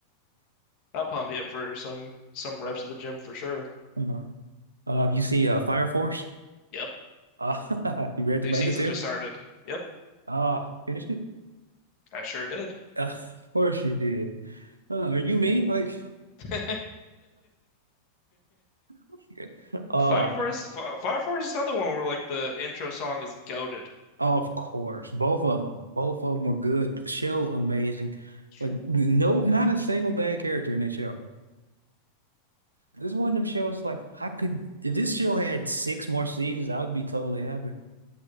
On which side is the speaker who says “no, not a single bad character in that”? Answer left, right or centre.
Right